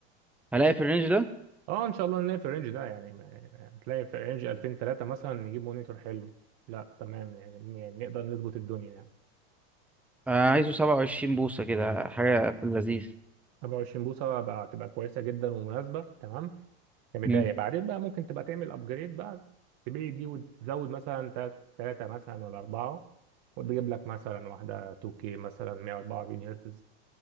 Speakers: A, in the centre; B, on the right (about 50°).
A: هلاقي في الرينج ده
B: اه ان شاء الله نلاقي في الرينج ده يعني ما- تلاقي في رينج 2000 3 مثلا نجيب مونيتور حلو لا تمام يعني يعني نقدر نظبط الدنيا يعني
A: آه، عايزه 27 بوصه كده حاجه في اللذيذ
B: 25 بوصة بقى تبقى كويسة جدا ومناسبة تمام كبداية
A: مم.
B: بعدين بقى ممكن تبقى تعمل ابجريد بقى تبيع دي وتزود مثلا تلات- تلاتة مثلا ولا أربعة وتجيب لك مثلا واحدة 2K مثلا 144 هرتز